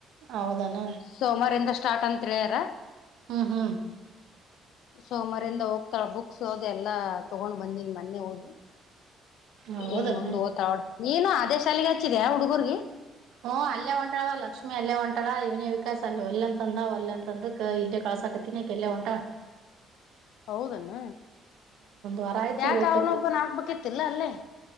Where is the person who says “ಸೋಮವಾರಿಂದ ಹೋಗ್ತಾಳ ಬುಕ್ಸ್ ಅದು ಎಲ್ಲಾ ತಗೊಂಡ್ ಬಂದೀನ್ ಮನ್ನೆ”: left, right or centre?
Left